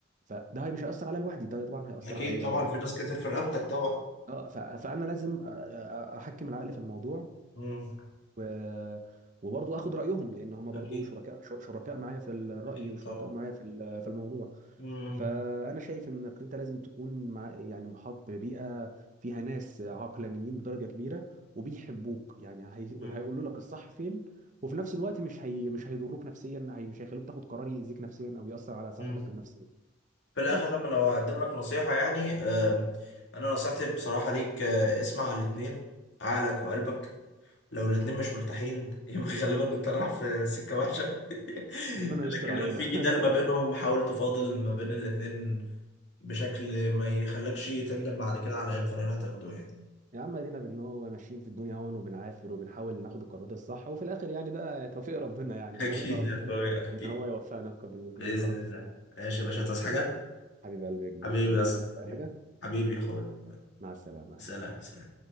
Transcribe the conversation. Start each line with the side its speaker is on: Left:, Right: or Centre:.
Right: فده مش هيأثر عليا لوحدي ده طبعا هيأثر
Left: أكيد
Right: عليا
Left: طبعا
Right: وعلى
Left: في ناس كتير في رقبتك
Right: اه
Left: طبعا
Right: اه ف- فانا لازم أ- أ- احكم العقل في الموضوع
Left: مم.
Right: و وبرضه اخد رايهم لان هم
Left: أكيد
Right: برضه شركاء شر- شركاء معايا في الراي
Left: أكيد
Right: وشركاء
Left: طبعا
Right: معايا في ال- في الموضوع
Left: مم.
Right: فانا شايف انك انت لازم تكون مع يعني محاط ببيئه فيها ناس عقلانيين بدرجه كبيره وبيحبوك يعني هي...
Left: مم.
Right: هيقولوا لك الصح فين وفي نفس الوقت مش هي... مش هيضروك نفسيا هي... مش هيخلوك تاخد قرار يأذيك نفسيا او يأثر على صحتك
Left: مم.
Right: النفسيه
Left: في الآخر
Right: بس
Left: أنا لو هقدم لك نصيحة يعني آم، أنا نصيحتي بصراحة ليك آه، اسمع الاتنين عقلك وقلبك لو الاتنين مش مرتاحين <laughs> يبقى غالبا أنت رايح في سكة وحشة <laughs>
Right: ربنا يستر
Left: لكن
Right: علينا
Left: لو في جدال
Right: <laughs>
Left: ما بينهم حاول تفاضل ما بين الاتنين بشكل ما يخلكش تندم بعد كده على أي قرار هتاخده يعني
Right: يا عم ادينا بان هو ماشيين في الدنيا هون وبنعافر وبنحاول ناخد القرارات الصح وفي الاخر يعني ده توفيق ربنا يعني
Left: <laughs> أكيد
Right: احنا بندعي ربنا
Left: يا أخويا أكيد
Right: ان هو يوفقنا بال- بالقرارات
Left: بإذن الله
Right: الصح
Left: ماشي يا باشا تصحى حاجة
Right: حبيب قلبي يا كبير
Left: حبيبي
Right: طب
Left: يا اسطى
Right: اي
Left: حبيبي
Right: حاجه
Left: حبيبي يا أخويا
Right: مع السلامه
Left: سلام سلام